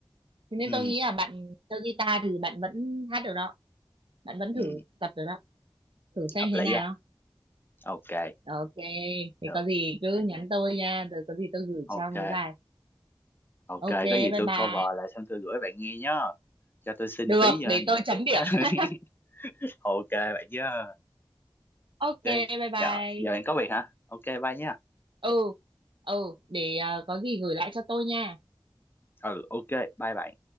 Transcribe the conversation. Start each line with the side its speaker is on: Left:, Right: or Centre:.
Right: Thế nên
Left: ừ,
Right: tôi nghĩ là bạn chơi guitar thì bạn vẫn hát được đó bạn vẫn thử
Left: ừ,
Right: tập được đó thử xem
Left: hợp
Right: thế
Left: lý
Right: nào
Left: á, ok,
Right: ok thì
Left: được,
Right: có gì cứ
Left: ok, được.
Right: nhắn tôi nha rồi có gì tôi gửi
Left: Ok,
Right: cho mấy bài
Left: Ok,
Right: ok
Left: có gì
Right: bye
Left: tôi
Right: bye
Left: cover lại xong tôi gửi bạn nghe nhá. Cho tôi xin
Right: được
Left: tí
Right: để
Left: uh, nhận
Right: tôi chấm
Left: xét
Right: điểm
Left: á. <laughs>
Right: <laughs>
Left: Ok bạn nhá.
Right: ok
Left: Ok,
Right: bye bye
Left: dạ, giờ bạn có việc hả? Ok, bye nhá.
Right: ừ ừ để ờ, có gì gửi lại cho tôi nha
Left: Ừ, ok, bye bạn.